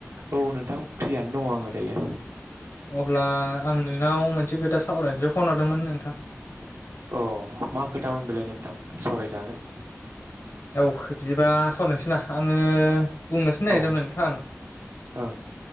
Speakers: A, on the right (about 70°); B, on the left (about 75°).
A: औ नोंथां प्रियानि दङ' आङो दायो।
B: अब्ला आं नोंनाव मोनसे खोथा सावरायनोसो फन हरदोंमोन नोंथां।
A: अ मा खोथामोन बेलाय नोंथां सावरायजागोन।
B: औ बिदिबा सावरायनोसै ना आङो बुंनोसो नागिरदोंमोन
A: औ
B: नोंथां
A: ओं